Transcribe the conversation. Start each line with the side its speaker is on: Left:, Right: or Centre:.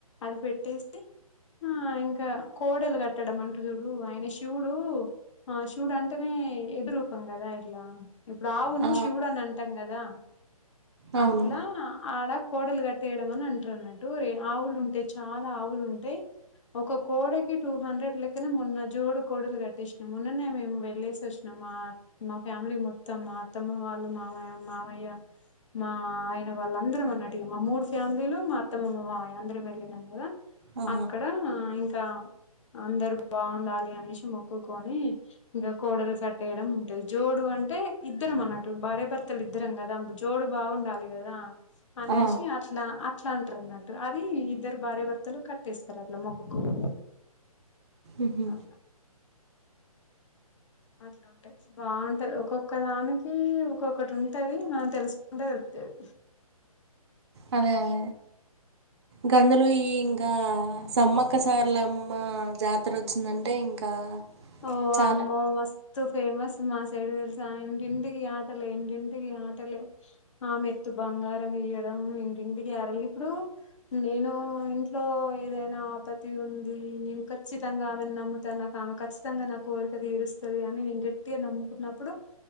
Left: అది పెట్టేసి ఆ ఇంకా కోడలు గట్టడం అంటరుజూడు ఆయన శివుడు ఆ శివుడు అంటేనే ఎద్దు రూపం గదా ఇట్లా ఇప్పుడు ఆవును
Right: ఆ ఆ
Left: శివుడు అని అంటాం గదా
Right: అవును
Left: అట్లా ఆడ కోడలు గట్టేయడం అని అంటారు అన్నట్టు రే ఆవులు ఉంటయ్ చాలా ఆవులు ఉంటయ్ ఒక కోడకి టూ హండ్రెడ్ లెక్కనే మొన్న జోడు కోడలు కట్టెసినాం మొన్ననే మేము వెళ్లేసి వచ్చి నం మా మా ఫ్యామిలీ మొత్తం మా అత్తమ్మ వాళ్ళు మామయ్య మామయ్య మా ఆయన వాళ్ళు అందరం అన్నట్టు ఇగ మా మూడు ఫ్యామిలీలు మా అత్తమ్మ మా మామయ్య అందరం వెళ్ళినం గదా
Right: ఆహా!
Left: అక్కడ ఇంకా అందరు బాగుండాలి అనేషి మొక్కుకొని ఇగ కోడల్ సట్టేయడం ఉంటది జోడు అంటే ఇద్దరం అన్నట్టు భార్య భర్తలు ఇద్దరం గదా జోడు బాగుండాలి గదా అనేషి
Right: ఆ
Left: అట్లా అట్లా అంటారు అన్నట్టు అది ఇద్దరు భార్యభర్తలు కట్టేస్తారు అట్లా మొక్కకొని
Right: ఉహు
Left: అట్లా అట్లా బాగుంటది ఒక్కొక్క దానికి ఒక్కొక్కటి ఉంటది మనం తెలుసుకుంటే తెలుత్తది
Right: అదే అదే గందులో ఈ గా సమ్మక్కసార్లమ్మ జాతర వచ్చిందంటే ఇంకా
Left: ఓ వామ్మో
Right: చాలా
Left: మస్ సో ఫేమస్ మా సైడ్ దెలుసా ఇంటింటికి ఆటలే ఇంటింటికి ఆటలే ఆ మెత్తు బంగారం ఇయ్యడం ఇంటింటికి యేరాలి ఇప్పుడు నేను ఇంట్లో ఏదైనా ఆపతి ఉంది నేను ఖచ్చితంగా ఆమెను నమ్ముతా నాకు ఆమె ఖ చ్చితంగా నా కోరిక దీరుస్తది అని నేను గట్టిగా నమ్ముకున్నప్పుడు